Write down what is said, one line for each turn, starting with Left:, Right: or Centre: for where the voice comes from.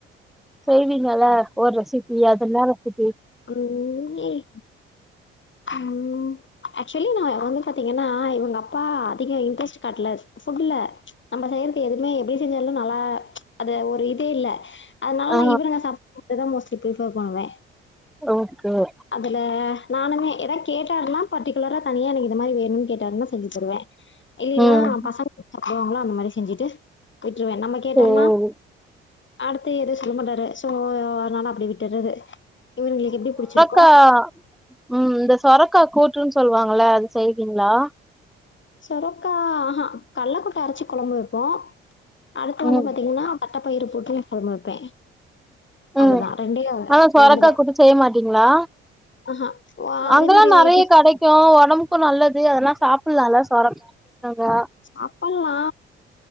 Centre: செய்வீங்கள்ல. ஓர் ரெசிபி அது என்னா ரெசிபி?
Left: உம் உம் ஏக்சுவலி நா வந்து பாத்திங்கன்னா இவுங்க அப்பா அதிகோ இன்ட்ரெஸ்ட் காட்ல ஃபுட்டுல. நம்ப செய்றது எதுவுமே எப்டி செஞ்சாலு நல்லா அத ஒரு இதே இல்ல. அதுனால
Centre: ஆ
Left: நா இவுர நா <inaudible> மோஸ்ட்லி பிரிஃபே பண்ணுவே.
Centre: ஓகே ஓ
Left: அதுல நானுமே எதா கேட்டாருனா பர்டிகுலர தனியா எனக்கு இது மாதிரி வேணுன் கேட்டாருனா செஞ்சு தருவே. இல்லினா
Centre: ம்
Left: பசங்க <inaudible> அந்த மாரி செஞ்சிட்டு விட்ருவே நம்ம கேட்டம்னா
Centre: சேரி
Left: அடுத்து எது சொல்ல மாட்டாரு சோ அதனால அப்டே விட்டர்றது இவுனுங்களுக்கு எப்டி புடிச்சிரு
Centre: கா ம் இந்த சொரக்கா கூற்றுன் சொல்லுவாங்கள அது செய்வீங்ளா
Left: சொரக்கா ஆஹா கள்ளக்கொட்ட அரச்சி கொழம்பு வப்போ அடுத்து வந்து
Centre: ம்
Left: பாத்தீங்னா தட்டப்பயிறு போட்டு கொழம்பு வப்பே அவ்ளதா
Centre: ம்
Left: ரெண்டே
Centre: ஆனா சொரக்கா
Left: ரெண்டுதா
Centre: கூட்டு செய்ய மாட்டீங்களா
Left: ஆஹா ஓ அதே
Centre: அங்கல்லா
Left: மாரி
Centre: நெறைய
Left: இது
Centre: கெடைக்கு ஒடம்புக்கு நல்லது அதெலா சாப்பில்லா இல்ல சொரக் கங்கா
Left: சாப்பல்லா